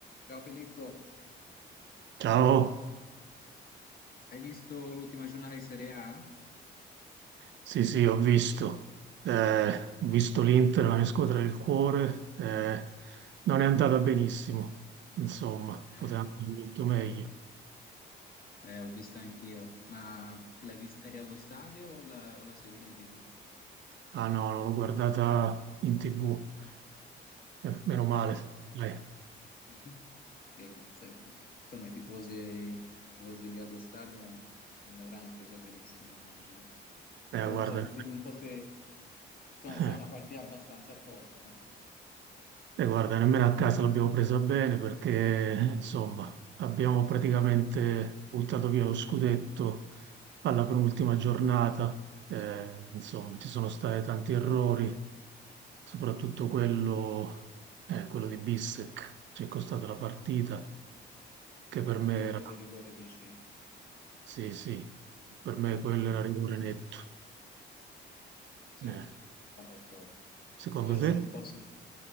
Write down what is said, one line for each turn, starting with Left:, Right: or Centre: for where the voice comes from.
Left: Ciao Filippo,
Right: Ciao,
Left: hai visto l'ultima giornata di Serie A?
Right: sì sì, ho visto, Eh, ho visto l'Inter, la mia squadra del cuore, eh, non è andata benissimo, insomma,
Left: Eh,
Right: poteva
Left: no,
Right: andare molto meglio.
Left: so- eh, ho visto anch'io, ma l'hai vista eri allo stadio o la- o l'hai seguita in TV?
Right: Ah no, non l'ho guardata in TV, Eh, meno male,
Left: Eh,
Right: eh,
Left: <laughs> che, se- insomma, i tifosi, i tifosi lì allo stadio non l'avranno presa benissimo, immagino.
Right: eh,
Left: Poi
Right: guarda,
Left: non so, dimmi un po' se... Insomma,
Right: eh,
Left: è stata una partita abbastanza folle, eh?
Right: eh, guarda, nemmeno a casa l'abbiamo presa bene perché, eh, insomma, abbiamo praticamente buttato via lo scudetto alla penultima giornata. Eh, insomma, ci sono stati tanti errori, soprattutto quello, eh, quello di Bissec, ci è costata la partita, che per
Left: Quello,
Right: me era...
Left: quello del rigore, dici?
Right: Sì, sì, per me quello
Left: Ah.
Right: era rigore netto.
Left: Sì,
Right: Eh,
Left: sono d'accordo.
Right: secondo
Left: Cioè,
Right: te?
Left: sì, un po' si-